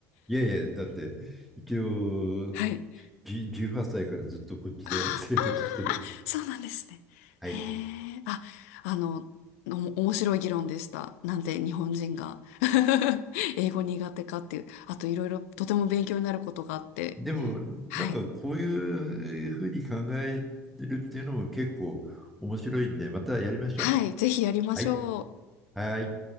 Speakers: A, in the centre; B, on the left.
A: いやいや、だって、一応、
B: <laughs> はい。
A: じ18歳からずっとこっちで
B: あ
A: <laughs> 生活してるから。
B: そうなんですね。
A: はい。
B: へえ、あ、あの、おも面白い議論でした。なんで日本人が <laughs> 英語苦手かっていう、あといろいろとても勉強になることがあって。
A: でも、
B: はい。
A: なんかこういうふうに考えてるっていうのも結構面白いんで、またやりましょう。
B: はい、ぜひやりましょう。
A: はい。はい。